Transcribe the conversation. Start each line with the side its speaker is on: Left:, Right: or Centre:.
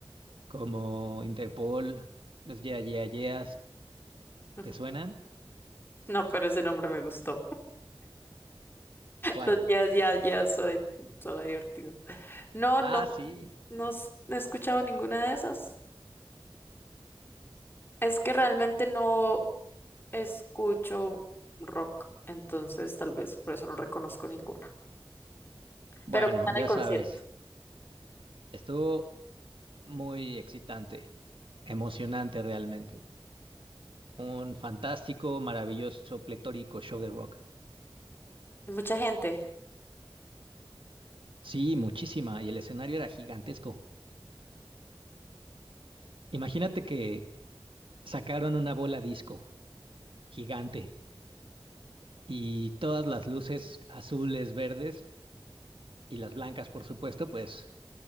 Right: como Interpol, los Yeah Yeah Yeahs,
Left: <laughs>
Right: ¿te suenan?
Left: No, pero ese nombre me gustó. <laughs>
Right: ¿Cuál?
Left: Los Yes, Yes, Yes, suena, suena divertido. No,
Right: Ah,
Left: no,
Right: sí.
Left: no s- no he escuchado ninguna de esas. Es que realmente no escucho rock, entonces tal vez por eso no reconozco ninguna.
Right: Bueno,
Left: Pero ¿qué tal
Right: ya
Left: el concierto?
Right: sabes, estuvo muy excitante, emocionante realmente. Un fantástico, maravilloso, pletórico show de rock.
Left: Mucha gente.
Right: Sí, muchísima, y el escenario era gigantesco. Imagínate que sacaron una bola disco gigante y todas las luces azules, verdes y las blancas, por supuesto, pues